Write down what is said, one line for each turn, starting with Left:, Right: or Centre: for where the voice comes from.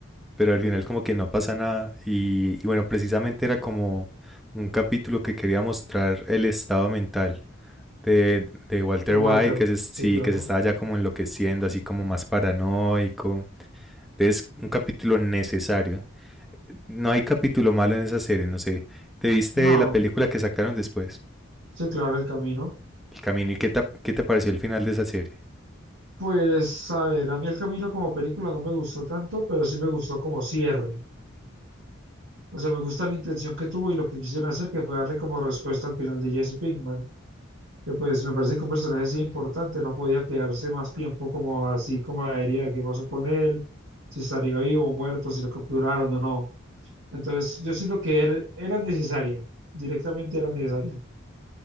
Centre: pero al final como que no pasa nada y, y bueno, precisamente era como un capítulo que quería mostrar el estado mental de, de Walter
Right: de Walter,
Centre: White, que se, sí,
Right: sí, claro.
Centre: que se estaba ya como enloqueciendo, así como más paranoico. Es un capítulo necesario. No hay capítulo malo en esa serie, no sé. ¿Te viste
Right: No,
Centre: la película que sacaron después?
Right: sí, claro, el camino.
Centre: El camino. ¿Y qué te, qué te pareció el final de esa serie?
Right: Pues, a ver, a mí el camino como película no me gustó tanto, pero sí me gustó como cierre. O sea, me gusta la intención que tuvo y lo que quisieron hacer, que fue darle como respuesta al final de Jesse Pinkman. que, pues me parece que un personaje así importante no podía quedarse más tiempo como así como la herida, qué pasó con él, si estaría vivo o muerto, si lo capturaron o no. Entonces yo siento que él era necesaria, directamente era necesaria.